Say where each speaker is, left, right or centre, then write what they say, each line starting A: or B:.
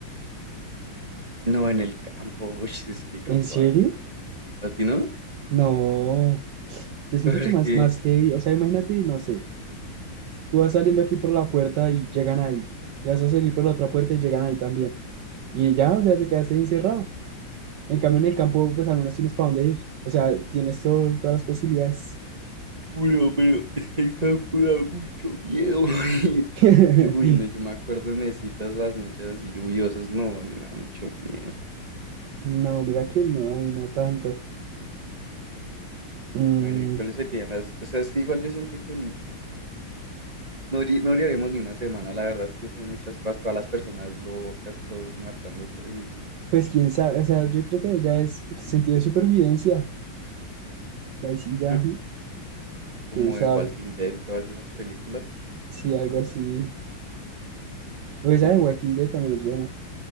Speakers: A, on the right (about 35°); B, on the right (about 70°).
A: No, en el campo, uy, es que el campo
B: ¿En serio?
A: da miedo. ¿A ti no?
B: No. Yo siento
A: <laughs> Porque,
B: que más, más heavy. O sea, imagínate, no sé, tú vas saliendo aquí por la puerta y llegan ahí. Y vas a salir por la otra puerta y llegan ahí también. Y ya, o sea, te quedaste ahí encerrado. En cambio, en el campo, pues al menos tienes para dónde ir. O sea, tienes todo- todas las posibilidades.
A: bueno, pero es que el campo da mucho miedo. <laughs> y
B: <laughs>
A: yo, uy, no, yo me acuerdo en citas las noches así lluviosas, no, a mí me da mucho miedo.
B: No, mira que no, a mí no tanto. Mm,
A: Bueno, ¿y cuáles serían las? O sea, es que igual yo siento que No, lle- no llegaremos ni una semana, la verdad es que son muchas cosas, todas las personas locas, todos matándose, uy, no.
B: pues quién sabe, o sea, yo creo que ya es pues, sentido de supervivencia. Ahí sí ya,
A: Mm,
B: quién
A: Como
B: sabe.
A: de Walking Dead y todas esas películas,
B: Sí, algo así. O esa
A: duro.
B: de Walking Dead también es buena.